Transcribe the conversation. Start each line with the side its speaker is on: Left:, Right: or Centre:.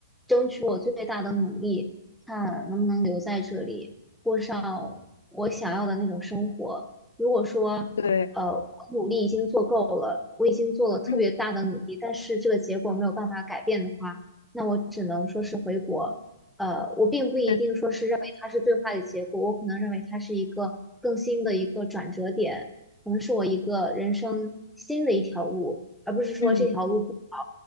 Centre: 争取我最大的努力，看能不能留在这里，过上我想要的那种生活。如果说，
Left: 对，
Centre: 呃，我努力已经做够了，我已经做了特别大的努力，
Left: 嗯，
Centre: 但是这个结果没有办法改变的话，那我只能说是回国。呃，我并不一定说是认为它是最坏的结果，
Left: 对，
Centre: 我可能认为它是一个更新的一个转折点，可能是我一个人生新的一条路，而不是说这条路不好，
Left: 嗯。